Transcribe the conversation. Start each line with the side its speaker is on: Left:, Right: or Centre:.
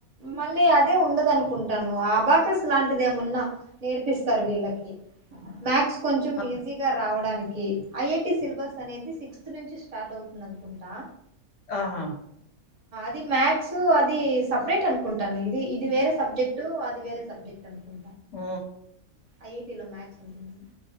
Right: మళ్ళీ అదే ఉండదనుకుంటాను ఆ అబాకస్ లాంటిది ఏమన్నా నేర్పిస్తారు వీళ్ళకి మ్యాథ్స్ కొంచెం
Left: ఆహ్,
Right: ఈజీగా రావడానికి ఐఐ టి సిలబస్ అనేది సిక్స్త్ నుంచి స్టార్ట్ అవుతుందనుకుంటా
Left: ఆహ
Right: ఇది మ్యాథ్స్ అది సపరేట్ అనుకుంటాను ఇది ఇది వేరే సబ్జెక్టు అది వేరే సబ్జెక్ట్ అనుకుం
Left: మ్
Right: ఐఐటీలో మాథ్స్ ఉంటుంద